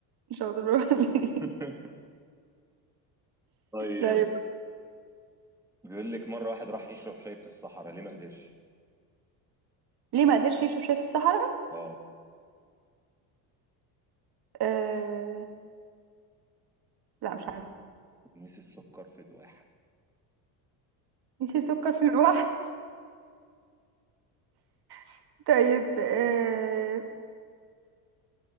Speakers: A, on the right; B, in the centre.
A: مش هقدر برافو عليك.
B: <laughs> طيب
A: طيب
B: بيقول لك مرة واحد راح يشرب شاي في الصحراء ليه ما قدرش
A: <laughs> ليه ما قدرش يشرب شاي في الصحراء
B: اه
A: آه... لا مش عارفه
B: نسي السكر في الواحد
A: نسي سكر في الواح <laughs> طيب آه...